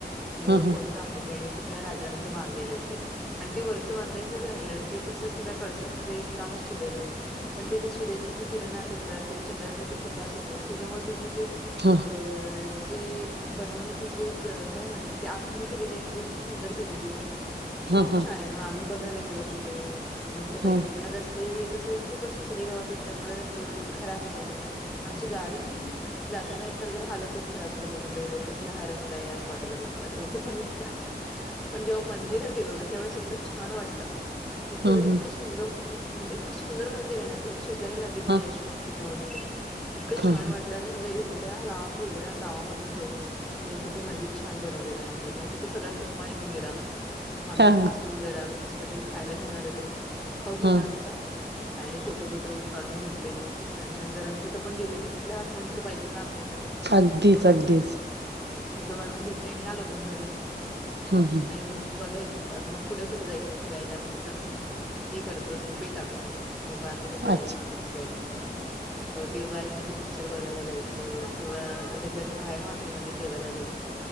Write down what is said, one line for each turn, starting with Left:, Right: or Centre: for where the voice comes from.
Centre: अ
Right: हम्म
Centre: कोणत आहे ते आणि कुठल्या राजान ते बांधलेल आहे ते आणि ते वरच बांधायच राहिल ते तसच कळसाच रिकामच ठेवलेल आहे पण ते जे सूर्याचे किरणात येतात किंवा चंद्राचा जो प्रकाश येतो ना त्याच्यामुळे त्याच ते
Right: हां
Centre: अ जे बनवण्याचे जे काय म्हणायच ते आखणी केलेली आहे ना त इतकी सुंदर केलेली आहे.
Right: हम्म
Centre: पण खूप
Right: हम्म
Centre: छान आहे मग आम्ही बघायला गेलो तिथे मस्त पैकी
Right: हम्म हम्म
Centre: पण <unintelligible> ते कसं खूपच खेडेगावात असल्यामुळे रस्ते एवढे खराब होते ना आमची गाडीही जाताना खर तर हालतच खराब झाली म्हणजे कसला हा रस्ता आहे असं वाटायला लागला मला तर उघच च आलो की काय पण जेव्हा मंदिरात गेलो ना त्यावेळेस एवढ छान वाटल. इकं
Right: हम्म
Centre: इतक
Right: हम्म
Centre: सुंदर इतक सुंदर मंदिर आहे. ते शेजारी नदी पण
Right: हम्म
Centre: आहे अशी मोठीच्या मोठी इतक छान
Right: हम्म
Centre: वाटल. म्हटल एवढ्या लांब एवढ्या गावामधून येऊन. हे किती मंदिर छान बनवलेल आहे म्हटल मग तिथ सगळ्या थकवा निघून गेला आमचा. म आम्ही
Right: हा
Centre: तिथे बसलो जरा काही तरी खायला घेऊन आलेलो खाऊ खाल्ला
Right: हा
Centre: आमचा. आणि फोटो बिटो काढून घेतले. छान छान कारण कुठ पण गेले की तिथल्या आठवणी तर पाहिजेत ना आपल्याला
Right: अगदीच
Centre: म्हणून
Right: अगदीच
Centre: फोटो काढून घेतले आणि आलो मग घरी.
Right: हम्म हम्म
Centre: आणि मग बघायच मग पुढे कुठे जायच? फिरायला मग त्यात आम्ही हे करत बसतो बेत आखतो बाबा आता कुठे जायच?
Right: अच्छा
Centre: जायच किंवा एखादी पिक्चर बघायला जायच. किंवा कुठेतरी बाहेर हॉटेलमध्ये जेवायला जायच.